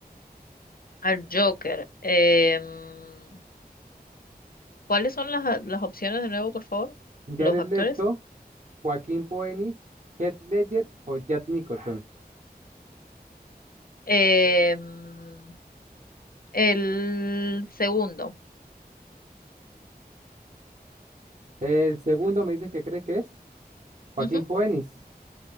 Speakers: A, on the left; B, on the right.
A: Al Joker. Em, ¿cuáles son las, las opciones de nuevo, por favor?
B: Jared
A: Los actores.
B: Leto, Joaquín Phoenix, Heath Ledger o Jack Nicholson.
A: Em, el segundo.
B: El segundo me dice que crees que es Joaquín
A: Ujú.
B: Phoenix.